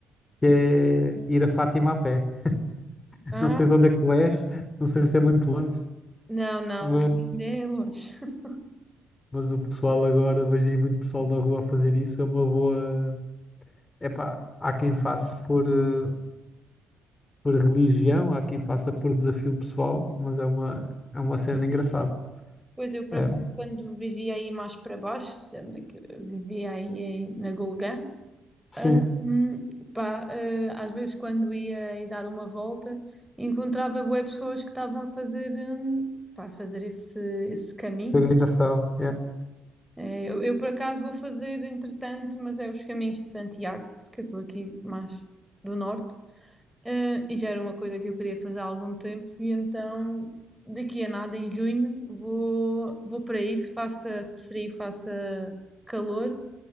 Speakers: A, on the left (about 25°); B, in the centre.
A: que é ir a Fátima a pé. <laughs>
B: Ah,
A: Não sei de onde é que tu és, não sei se é muito longe,
B: não, não,
A: mas,
B: que ainda é longe. <laughs>
A: mas o pessoal agora, vejo aí muito pessoal na rua a fazer isso, é uma boa. Epá, há quem faça por, eh, por religião, há quem faça por desafio pessoal, mas é uma, é uma cena engraçada.
B: Pois eu, por
A: É,
B: acaso, quando vivia aí mais para baixo, sendo que eu vivia aí em- na Gulgã,
A: sim,
B: ah, hum, pá, eh, às vezes quando ia aí dar uma volta, encontrava bué pessoas que estavam a fazer, hum, pá, a fazer esse, esse caminho.
A: peregrinação,
B: É, eu, eu, por acaso vou fazer entretanto, mas é os caminhos de Santiago, porque eu sou aqui mais do norte, eh, e já era uma coisa que eu queria fazer há algum tempo, e então daqui a nada, em junho, vou, vou para isso, faça frio, faça calor,